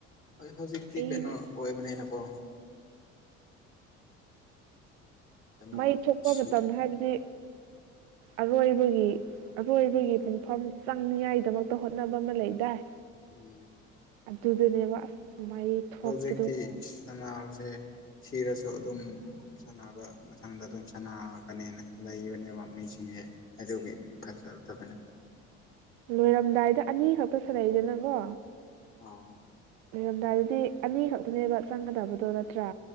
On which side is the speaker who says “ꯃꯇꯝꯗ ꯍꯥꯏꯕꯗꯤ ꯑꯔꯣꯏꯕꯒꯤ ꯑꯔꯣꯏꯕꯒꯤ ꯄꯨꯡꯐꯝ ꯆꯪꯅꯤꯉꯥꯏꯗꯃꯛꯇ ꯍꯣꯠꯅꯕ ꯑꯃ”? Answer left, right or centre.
Right